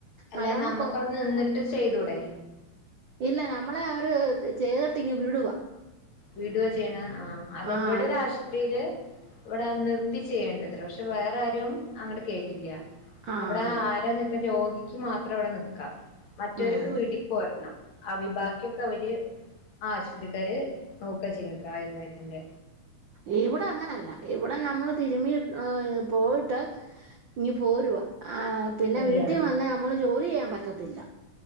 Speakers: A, on the left; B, on the right.
A: അല്ല
B: നല്ലോണം
A: നമ്മക്ക്
B: കൊ
A: അവിടെ നിന്നിട്ട് ചെയ്തൂടെേ.
B: ഇല്ല നമ്മളെ അവര് ചെയ്തിട്ട് ഇങ്ങ് വിടുവാ.
A: വീടുവ ചെയ്യ്ണ് ആഹ് അല്ല
B: ആ
A: ഇവടെ ഒരു ആശുപത്രിയില് ഇവിടെ നിർത്തി ചെയ്യേണ്ടതില്ല പക്ഷെ വേറെ ആരും അങ്ങെട് കേറ്റത്തില്ല
B: ആഹ്
A: അവിടെ. <unintelligible> രോഗിക്ക് മാത്രം അവിടെ നിക്ക മറ്റർക്ക്
B: ആഹ്
A: വീട്ടി പോർണം ആ വി ബാക്കിയൊക്കെ അവര് ആശുപത്രിക്കാര് നോക്ക ചെയ്യ്ണെ ആയുർവേദത്തിന്റെ
B: ഇവിടെ അങ്ങനല്ല ഇവിടെ നമ്മള് തിരുമി ഏ പോയിട്ട് ഇനു പോരുവാ ആഹ് പിന്നെ
A: ഓരാണ്
B: വീട്ടിൽ വന്ന് നമ്മള് ജോലി ചെയ്യാൻ പറ്റത്തില്ല.